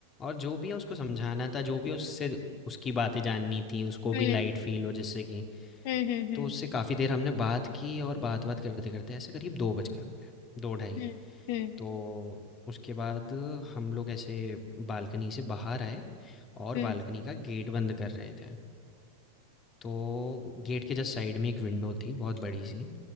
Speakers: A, on the left; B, on the left.
A: और जो भी है उसको समझाना था जो भी उससे उसकी बातें जाननी थी उसको
B: हम्म
A: भी लाइट फील हो जिससे कि
B: हम्म हम्म हम्म
A: तो उससे काफ़ी देर हमने बात की और बात बात करते करते ऐसे करीब दो बज गए होंगे दो ढाई
B: हम्म हम्म,
A: तो उसके बाद हम लोग ऐसे बालकनी से बाहर आए और
B: हम्म।
A: बालकनी का गेट बंद कर रहे थे तो गेट के जस्ट साइड में एक विंडो थी बहुत बड़ी सी